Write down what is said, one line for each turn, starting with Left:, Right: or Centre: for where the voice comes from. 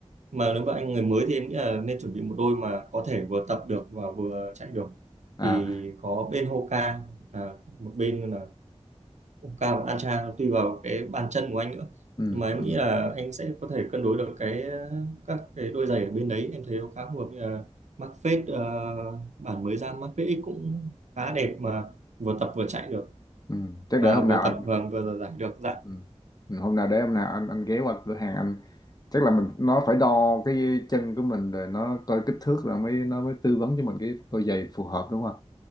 Right: mà nếu mà anh người mới thì em nghĩ là nên chuẩn bị một đôi mà có thể vừa tập được và vừa chạy được
Left: à
Right: thì có bên Hoka là một bên là Cao và Ancha tùy vào cái bàn chân của anh nữa
Left: ừ
Right: nhưng mà em
Left: ừ
Right: nghĩ là anh sẽ có thể cân đối được cái các cái đôi giày ở bên đấy em thấy nó khá phù hợp như là Mac Fade ờ, bản mới ra Mac Fade X cũng khá đẹp mà vừa tập vừa chạy được
Left: ừ chắc
Right: mà
Left: để hôm
Right: vừa
Left: nào anh
Right: tập và vừa giải được dạ
Left: Ừ. Ừ, Hôm nào để hôm nào anh anh ghé qua cửa hàng anh chắc là mình nó phải đo cái chân của mình rồi nó coi kích thước rồi mới nó mới tư vấn cho mình cái đôi giày phù hợp đúng không?